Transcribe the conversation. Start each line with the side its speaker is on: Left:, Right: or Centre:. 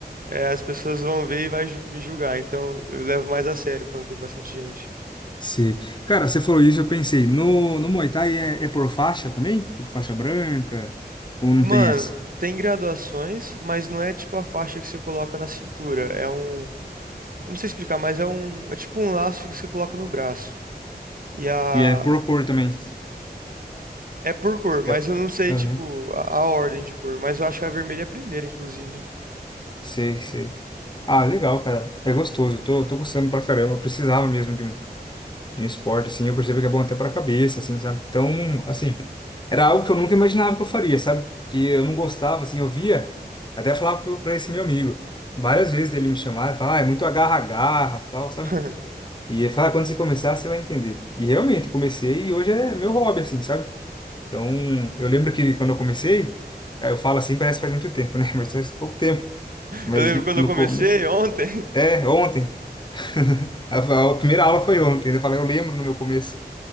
Right: é, as pessoas vão ver e vai ju- me julgar. Então, eu levo mais a sério quando tem bastante gente.
Left: sei. Cara, você falou isso, eu pensei, no, no Muay Thai é, é por faixa também? Tipo faixa branca? Ou não
Right: Mano,
Left: tem essa?
Right: tem graduações, mas não é tipo a faixa que você coloca na cintura. É um. Eu não sei explicar, mas é um. É tipo um laço que você coloca no braço. E a.
Left: E é por cor também?
Right: É por cor, mas
Left: É.
Right: eu não sei,
Left: Aham,
Right: tipo, a, a ordem de cor. Mas eu acho que a vermelha é a primeira, inclusive.
Left: Sei, sei. Ah, legal, cara. É gostoso, tô, tô gostando pra caramba. Eu precisava mesmo de um de um esporte, assim, eu percebo que é bom até pra cabeça, assim, sabe? Então, assim, era algo que eu nunca imaginava que eu faria, sabe? Que eu não gostava, assim, eu via, até falava pro- pra esse meu amigo, várias vezes dele me chamaram, falava, ah, é muito agarra-agarra, tal, sabe?
Right: <laughs>
Left: E ele fala, quando você começar, você vai entender. E realmente, eu comecei e hoje é meu hobby, assim, sabe? Então, eu lembro que quando eu comecei, aí eu falo assim, parece que faz muito tempo, né? <laughs> Mas faz pouco tempo. Mas
Right: Eu lembro quando
Left: no
Right: eu comecei
Left: começo.
Right: ontem.
Left: É, ontem. <laughs> A a primeira aula foi ontem. Eu falei, eu lembro no meu começo.